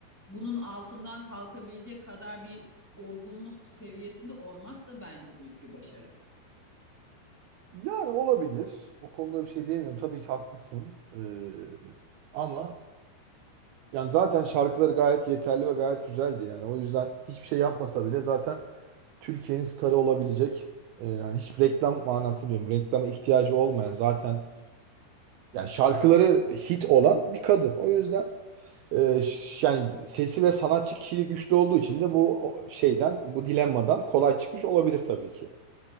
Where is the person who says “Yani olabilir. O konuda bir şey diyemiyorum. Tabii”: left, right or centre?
Right